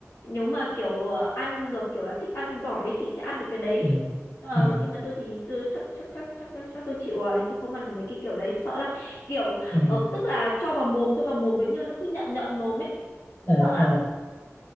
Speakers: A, on the left; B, on the left.
A: nếu mà kiểu ờ, ăn được kiểu là thích ăn gỏi ấy thì sẽ ăn được cái đấy
B: ừ,
A: ờ,
B: ừ,
A: nhưng mà tôi thì tôi chắc chắc chắc chắc chắc, chắc tôi chịu rồi tôi không ăn được mấy cái kiểu đấy sợ lắm kiểu
B: ừ. Ừ.
A: ờ, tức là cho vào mồm cho vào mồm được nhưng mà nó cứ nhợn nhợn mồm ấy
B: Ừ.
A: sợ lắm